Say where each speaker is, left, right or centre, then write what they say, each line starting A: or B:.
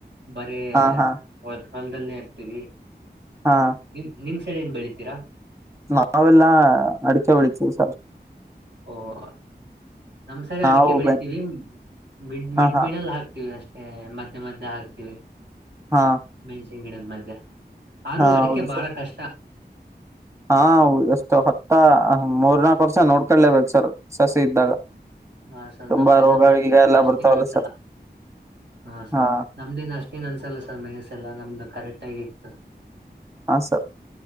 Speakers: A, on the right; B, on the right.
A: ಬರೀ
B: ಹಾ ಹಾ
A: ಹೊಲ್ ಹೊಲ್ದದಲ್ಲಿನೇ ಇರ್ತೀವಿ.
B: ಹಾ,
A: ನಿಮ್ ನಿಮ್ ಸೈಡ್ ಏನ್ ಬೆಳಿತೀರಾ
B: ನಾವೆಲ್ಲಾ ಅಡಿಕೆ ಬೆಳಿತೀವಿ ಸರ್
A: ಓಹೋ ನಮ್ ಸೈಡ್
B: ನಾವು
A: ಅಡಿಕೆ ಬೆಳಿತೀವಿ
B: ಬೆನ್
A: ಮ <unintelligible> ಮಂಡ
B: ಹಾ ಹಾ
A: ಮೀಣಲ್ ಹಾಕ್ ಹತವಿ ಅಷ್ಟೇ ಮಧ್ಯೆ ಮದ ಹಾಕ್ತಿೀವಿ <unintelligible>
B: ಹಾ,
A: ಮೆಣಸಿನ್ ಗಿಡದ ಮಧ್ಯೆ ಆದ್ರೂ
B: ಹಾ
A: ಅಡಿಕೆ
B: ಹೌದು
A: ಬಾಳ
B: ಸರ್.
A: ಕಷ್ಟಾ.
B: ಹಾ, ಎಷ್ಟು ಹತ್ತ ಮೂರ್ನಾಕು ವರ್ಷ ನೋಡ್ಕೊಲೇಬೇಕು ಸರ್ ಸಸಿ ಇದ್ದಾಗ.
A: ಹಾ, ಸರ್
B: ತುಂಬಾ
A: ನಮದೆಲ್ಲಾ
B: ರೋಗ
A: ಮೆಣಸುದು
B: ಗೀಗ ಎಲ್ಲ
A: ಅಷ್ಟೇನ್
B: ಬರ್ತಾವಲ್ಲ
A: ಅನ್ಸಲ್ಲ
B: ಸರ್
A: ಹ, ಸರ್
B: ಹಾ
A: ನಮ್ದಿನ ಅಷ್ಟೇ, ಇತ್ತಿನ ಅನ್ಸಲ್ಲ ಸರ್ ಮೈಸ್ಸ ಎಲ್ಲ ನಮ್ದು ಕರೆಕ್ಟ್ ಆಗಿತ್ತು.
B: ಹಾ, ಸರ್